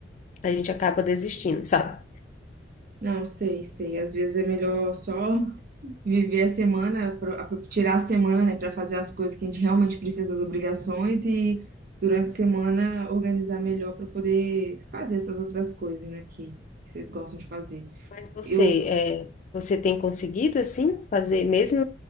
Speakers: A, on the left; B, on the right.
A: a gente acaba desistindo, sabe?
B: Não, sei, sei. Às vezes é melhor só <laughs> viver a semana, pro- a- tirar a semana, né, para fazer as coisas que a gente realmente precisa, as obrigações, e durante a semana organizar melhor para poder fazer essas outras coisas, né, que, que vocês gostam de fazer.
A: Mas você,
B: Eu,
A: é, você tem conseguido, assim, fazer, mesmo